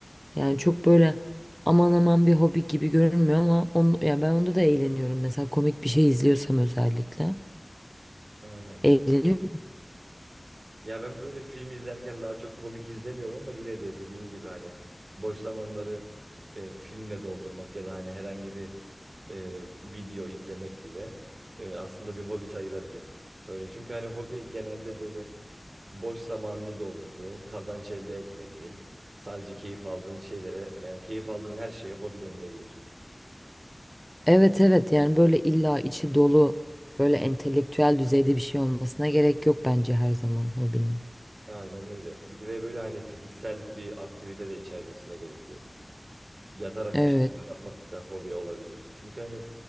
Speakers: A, in the centre; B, on the right (about 85°).
A: Yani çok böyle aman aman bir hobi gibi görünmüyor ama on, ya ben onda da eğleniyorum. Mesela komik bir şey izliyorsam özellikle.
B: Aynen.
A: Eğleniyorum.
B: Ya ben böyle film izlerken daha çok komik izlemiyorum ama yine de dediğin gibi hani boş zamanları e, filmle doldurmak ya da hani herhangi bir e, video izlemek bile e, aslında bir hobi sayılabilir. Böyle çünkü hani hobi genelde böyle boş zamanını doldurduğun, kazanç elde etmediğin, sadece keyif aldığın şeylere yani keyif aldığın her şeye hobi denilebilir.
A: Evet evet yani böyle illa içi dolu böyle entelektüel düzeyde bir şey olmasına gerek yok bence her zaman hobinin.
B: Aynen öyle. Bir de ve böyle hani fiziksel bir aktivite de içermesine gerek yok. Yatarak
A: Evet
B: bir şey yapmak da hobi olabilir. Çünkü hani